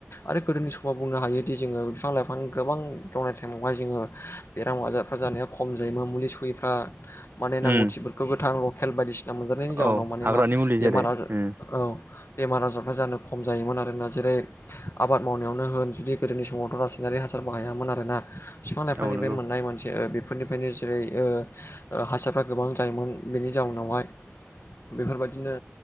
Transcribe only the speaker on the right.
उम
औ
हाग्रानि
मुलि
जेरै
उम
औ नंगौ